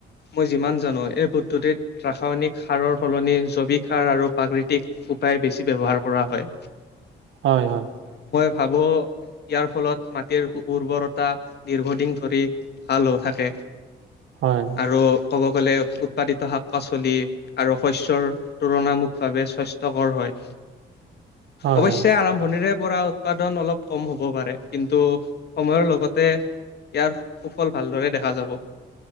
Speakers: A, on the left; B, on the right.
A: মই যিমান জানো এই পদ্ধতিত ৰাসায়নিক সাৰৰ সলনি জৈৱিক সাৰ আৰু প্ৰাকৃতিক উপায় বেছি ব্যৱহাৰ কৰা হয়।
B: হয় হয়।
A: চাব' ইয়াৰ ফলত মাটিৰ উৰ্বৰতা দীৰ্ঘদিন ধৰি ভাল হৈ থাকে।
B: হয়
A: আৰু ক'ব গ'লে উৎপাদিত শাক পাচলি আৰু শস্যৰ তুলনামুলক ভাৱে স্বাস্থ্যকৰ হয়। <inaudible>
B: হয়
A: অৱশ্যে
B: হয়
A: আৰম্ভণিৰে পৰা উৎপাদন অলপ কম হ'ব পাৰে, কিন্তু সময়ৰ লগতে ইয়াৰ সুফল ভালদৰে দেখা যাব।